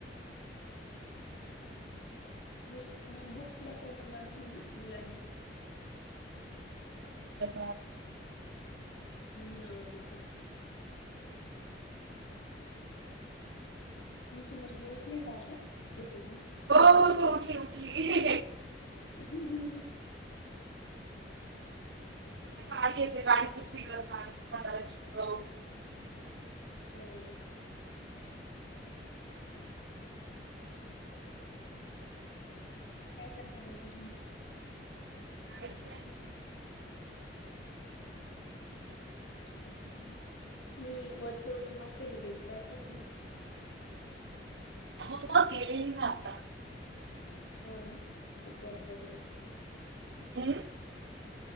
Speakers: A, on the left (about 70°); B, on the right (about 75°).
A: हे मी बुक्स ला कवर लावतीय ना मुलांच्या
B: <unintelligible>
A: हम्म आवाज येत असेल. तुमची मुलगी उठली का आता झोपेतून?
B: हो हो उठली उठली!
A: ह ह ह <unintelligible>
B: गाडी येते गाडीचं स्टिकर काढ तोंडाला चिटकव.
A: हो काय करता मग अजून.
B: कायच नाही.
A: बाकी काही नाही. तुम्ही वट पौर्णिमा सेलिब्रेट करता की नाही?
B: हो मग केलेली ना आता.
A: हो ना उपवास वगैरे.
B: हम्म!